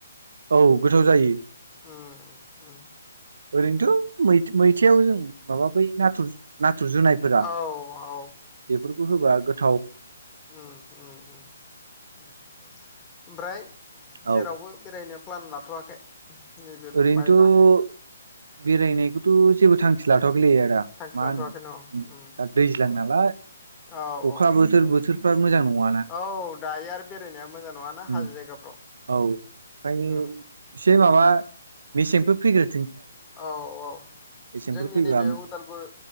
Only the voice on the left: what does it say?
उम उम
औ औ
उम उम उम उम ओमफ्राय जेरावबो
बेरायनो प्लान लाथ'वाखै? नैबे
बाइकआ
थांखि
लाथ'वाखैनो
औ
औ
औ
उम
औ दायो आरो बेरायनाया मोजां नङाना
हाजो जायगाफ्राव
उम
औ औ
जोंनि
नैबे उदालगुर